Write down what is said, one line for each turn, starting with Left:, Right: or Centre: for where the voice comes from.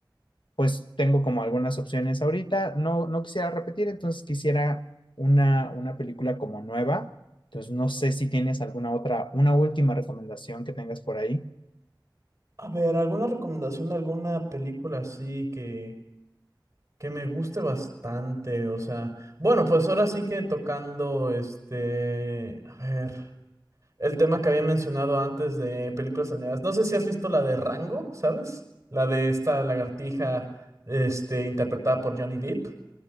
Left: pues tengo como algunas opciones ahorita. No, no quisiera repetir, entonces quisiera una, una película como nueva. Entonces no sé si tienes alguna otra, una última recomendación que tengas por ahí.
Right: A ver, ¿alguna recomendación de alguna película así que que me guste bastante? O sea, bueno, pues ahora sí que tocando este, a ver. el tema que había mencionado antes de películas animadas. No sé si has visto la de Rango, ¿sabes? La de esta lagartija, este, interpretada por Johnny Depp.